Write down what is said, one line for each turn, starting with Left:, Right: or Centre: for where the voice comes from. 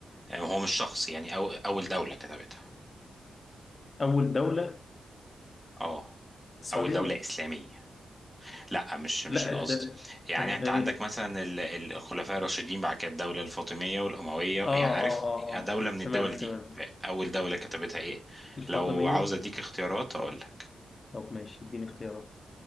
Centre: آه، هو مش شخص يعني أو- اول دولة كتبتها
Left: أول دولة
Centre: اه
Left: السعودية
Centre: اول دولة اسلامية لا مش مش
Left: لا
Centre: القصد
Left: الد...
Centre: يعني
Left: أم...
Centre: انت
Left: إيه؟
Centre: عندك مثلا ال- ال- الخلفاء الراشدين بعد كده الدوله الفاطميه والامويه
Left: آه
Centre: يعني
Left: آه
Centre: عارف
Left: آه
Centre: دوله
Left: آه
Centre: من الدول
Left: تمام
Centre: دي
Left: تمام
Centre: فاول دوله كتبتها ايه
Left: الفاطمية
Centre: لو عاوز اديك اختيارات اقول لك
Left: طب ماشي اديني اختيارات